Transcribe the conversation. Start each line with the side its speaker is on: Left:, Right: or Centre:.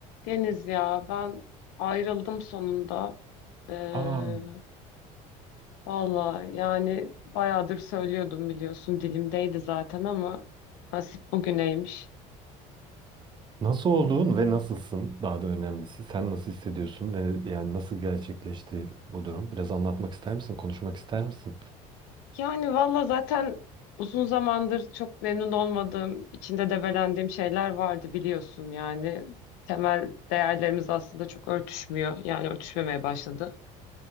Left: Deniz ya ben ayrıldım sonunda. Ee,
Right: Aa,
Left: valla yani bayağıdır söylüyordum biliyorsun dilimdeydi zaten ama nasip bugüneymiş.
Right: nasıl olduğun ve nasılsın daha da önemlisi. Sen nasıl hissediyorsun ve yani nasıl gerçekleşti bu durum? Biraz anlatmak ister misin? Konuşmak ister misin?
Left: Yani valla zaten uzun zamandır çok memnun olmadığım, içinde debelendiğim şeyler vardı biliyorsun yani. Temel değerlerimiz aslında çok örtüşmüyor yani örtüşmemeye başladı.